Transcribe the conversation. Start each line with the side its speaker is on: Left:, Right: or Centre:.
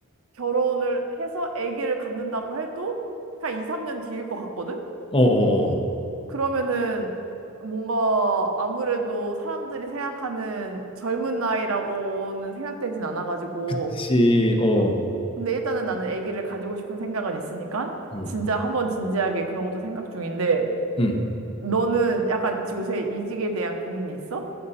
Right: 결혼을 해서 아기를 갖는다고 해도 그냥 2, 3년 뒤일 것 같거든?
Left: 어, 어. 어.
Right: 그러면은 뭔가 아무래도 사람들이 생각하는 젊은 나이라고는 생각되진 않아가지고,
Left: 혹시 어,
Right: 어. 근데 일단은 나는 아기를 가지고 싶은 생각은 있으니까,
Left: 음.
Right: 진짜 한번 진지하게 그런 것도 생각 중인데,
Left: 음.
Right: 너는 약간 지- 요새 이직에 대한 고민이 있어?